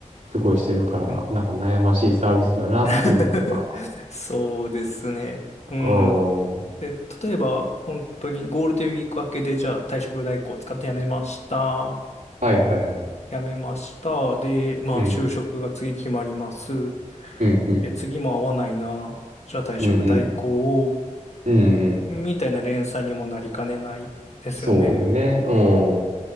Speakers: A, on the right; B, on the left.
A: すごいしてるから、
B: はい。
A: なんか悩ましいサービスだなっていう、
B: <laughs>
A: なんか、
B: そうですね。うん。
A: うーん。
B: で、例えば、本当にゴールデンウィーク明けで、じゃあ退職代行を使って辞めました。
A: はいはいはい。
B: 辞めました。で、まあ、
A: うん、
B: 就職が次決まります。
A: うん、うん、
B: で、次も合わないな。じゃあ退職代行を、
A: うん、うん、うん、うん
B: みたいな連鎖にもなりかねないですよね。
A: そうだよね。う